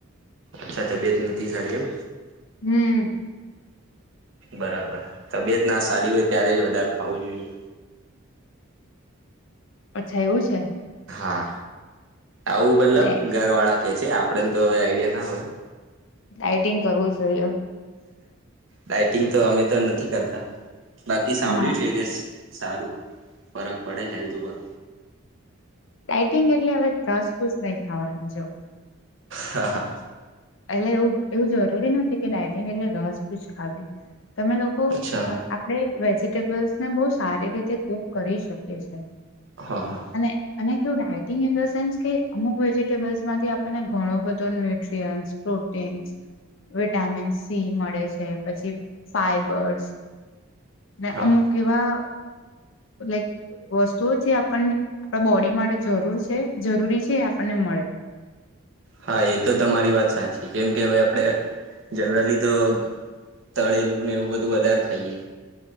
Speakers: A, on the right; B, on the left.
A: અચ્છા તબિયત નથી સારી એમ
B: હમ
A: બરાબર તબિયત ના સારી હોય ત્યારે જ વધારે ખાવું જોઈએ.
B: અચ્છા એવું છે.
A: હા આઉ મતલબ
B: ડાય-
A: ઘર વાળા છે આપડેન તો હવે આઈડિયા ના હોય.
B: આ ટિંગ કરવું જોઈએ.
A: ડઇટિંગ તો અમે તો નથી કરતા. બાકી સાંભળ્યું
B: ના
A: છે કેસ સારું ફરક પડે હેલ્થ ઉપર
B: ડઇટિંગ એટલે હવે ઘાસ ફૂસ નઈ ખવાનુ જો.
A: હા હા.
B: એટલે એવું એવું જરૂરી નથી કે ડાયટિંગ એટલે રસ ફૂજ ખાવી તમે લોકો
A: અચ્છા
B: ત આપડે વેજીિટેબલ્સ ને બહુ સારી રીતે કૂક કરી શકીએ છે.
A: હા હા.
B: અને અને કેવું ડાયટિંગ ઇન ધ સેન્સ કે અમુક વેજીટેબલ્સ માંથી આપણને ઘણો બધો ન્યુટ્રીયન્ટ પ્રોટીન્સ વિટામિન સી મળે છે પછી ફાઈબર્સ ને
A: હા
B: અમુક એવા લાઈક વસ્તુઓ જે આપણને આપણા બોડી માટે જરૂર છે જરૂરી છે આપણને મળે.
A: હા એ તો તમારી વાત સાચી કેમ કે હવે આપડે જનરલી તો તળેલું ને એવું બધું વધારે ખાઈએ